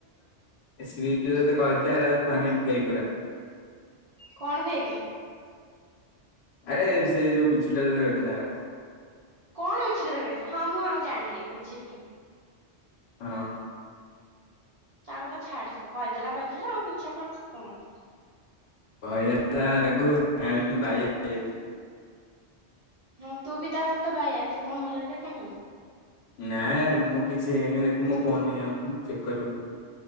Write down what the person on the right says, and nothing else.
କଣ ହେଇକି
କଣ ଏଛିରେ ରଥିଲ ହଁ ମୁଁ ଆଉ ଜାଣିଲି ବୁଝିଲି।
ତା କଥା ଛାଡେ କହିଦେଲା କହିଦେଲା ଆଉ ମିଛ କଣ ସତ କଣ?
ହଁ ତୁ ବି ତା ସହିତ ବାାଇଆ ତୁ କଣ ଭଲଟେ କଣ।